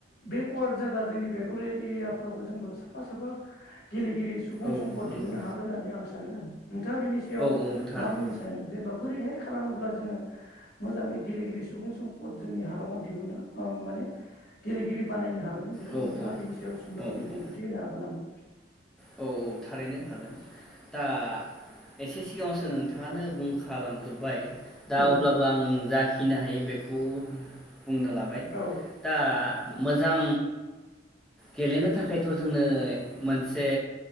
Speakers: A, on the left (about 60°); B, in the centre.
A: बे वार्ल्ड जागा जोंनि बे <unintelligible> एरियाफ्रावबो जोंबो साफा साफा गेलेगिरि सुबुं
B: औ
A: सम्पद
B: नंगौ
A: दिहुननो हागोन होननानै आं सा सानो आरो नोंथाङा बिनि सायाव
B: औ औ थारैनो
A: मा बुंनो सानो जेनेबा बोरैहाय खालामोब्ला जोङो मोजाङै गेलेगिरि सुबुं सम्पद जोंनि हालामाव दिहुनो ओ माने गेलेगिरि बानायनो हागोन बेखौ
B: औ
A: नोंथाङा
B: औ
A: <unintelligible> सुंद'यै
B: औ
A: बिबुंथि
B: औ
A: होनो हागोन नामा?
B: औ औ थारैनो हागोन दा एसे सिगाङाव सो नों नोंथाङानो बुंखालांजोबबाय दा
A: औ
B: अब्लाबो आं जाखि फिनो हायो बेखौ बुंनो लाबाय
A: औ
B: दा मोजां गेलेनो थाखायथ' जोंनो मोनसे